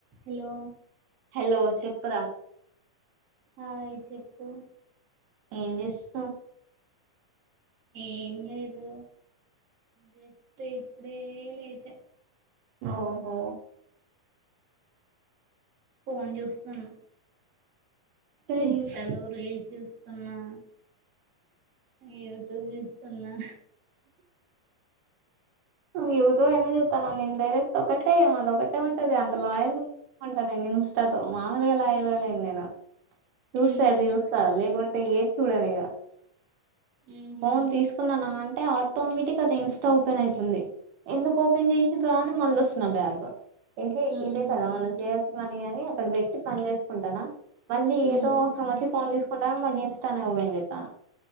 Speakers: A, on the right (about 45°); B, on the right (about 75°).
A: Hello
B: hello చెప్ప్రా
A: hi చెప్పు
B: ఏం చేస్తా
A: ఏం లేదు జస్ట్ ఇప్పుడే లేచ
B: ఓహో
A: ఫోన్ చూస్తున్నా
B: నైస్
A: ఇన్స్టలో రల్ చూస్తున్నా యూట్యూబ్ చూస్తున్నా
B: యూట్యూబ్ అయినా చూస్తాన్నాను నేను డైరెక్ట్ ఒకటే అదొ ఒకటే ఉంటంది అంత లాయల్ గా ఉంటాను నేను ఇన్స్టాతో మామూలుగా లాయల్గా లేను నేను చూస్తా
A: ఉహు
B: అది చూస్తా లేకుంటే ఏది చూడను ఇక
A: ఉహు
B: ఫోన్ తీసుకున్నా నా అంటే ఆటోమేటిక్ అది ఇన్స్టా ఓపెన్ అయితుంది ఎందుకు ఓపెన్ చేసిన రా అని మళ్ళ వస్తున్న బ్యాగ్ ఏ
A: ఉహు
B: ఇదే కదన చే మని అని అక్కడ పెట్టి పని చేసుకుంటానా మళ్ళీ
A: ఉమ్
B: ఏదో అవసర వచ్చి ఫోన్ తీసుకు మళ ఇస్టానే ఓ వెెతా